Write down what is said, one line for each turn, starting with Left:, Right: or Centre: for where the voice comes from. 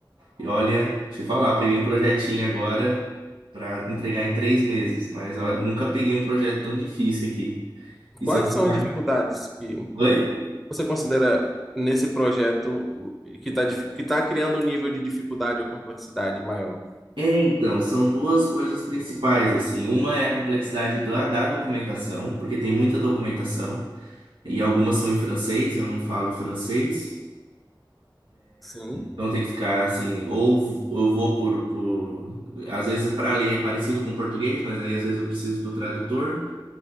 Right: E olha, te falar, peguei um projetinho agora pra entregar em três meses, mas olha, nunca peguei um projeto tão difícil aqui. E
Centre: Quais
Right: seu trabalho?
Centre: são as dificuldades que
Right: Oi?
Centre: você considera nesse projeto que está que tá criando um nível de dificuldade ou complexidade maior?
Right: É, então, são duas coisas principais, assim. Uma é a complexidade da, da documentação, porque tem muita documentação, e algumas são em francês, eu não falo francês.
Centre: Sim.
Right: Então tem que ficar assim, ou v- eu vou por, por... Às vezes para ler é parecido com português, mas aí às vezes eu preciso do tradutor.